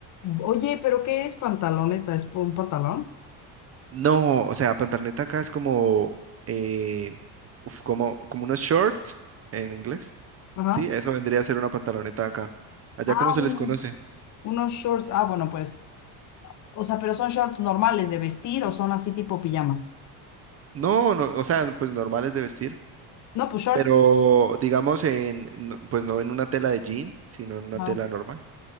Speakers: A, on the left; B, on the right.
A: Oye, ¿pero qué es pantaloneta? ¿Es un pantalón?
B: No, o sea, pantaloneta acá es como, eh, uf, como, como unos shorts en inglés.
A: Ajá.
B: Sí, eso vendría a ser una pantaloneta acá. Allá
A: Ah,
B: cómo se
A: uno-
B: les conoce.
A: unos shorts. Ah, bueno, pues. O sea, pero son shorts normales de vestir o son así tipo pijama.
B: No, no, o sea, pues normales de vestir,
A: No, pues shorts.
B: pero digamos en, no- pues no en una tela de jean, sino en una
A: Ajá.
B: tela normal.